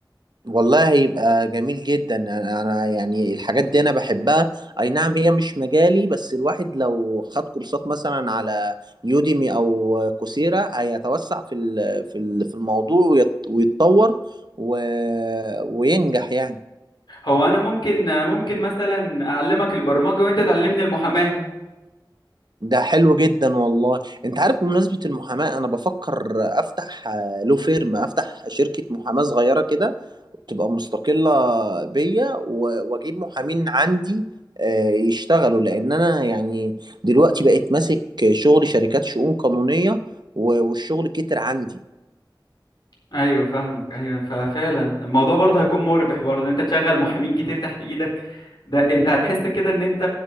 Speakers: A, on the right; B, on the left.
A: والله هيبقى جميل جدا انا أنا يعني الحاجات دي انا بحبها اي نعم هي مش مجالي بس الواحد لو خد كورسات مثلا على يوديمي او كوسيرا هيتوسع في ال- في ال- في الموضوع ويت- ويتطور و... وينجح يعني
B: هو انا ممكن انا ممكن مثلا اعلمك البرمجه وانت تعلمني المحاماه
A: ده حلو جدا والله انت عارف بمناسبة المحاماة انا بفكر افتح آه، لو فيرم افتح شركة محاماة صغيرة كده تبقى مستقلة بيا و- واجيب محامين عندي آه، يشتغلوا لان انا يعني دلوقتي بقيت ماسك شغل شركات شؤون قانونية و- والشغل كتر عندي
B: ايوه فاهمك ايوه ففعلا الموضوع برضه هيكون مربح برضه ان انت تشغل محامين كتير تحت ايدك ده انت هتحس كده ان انت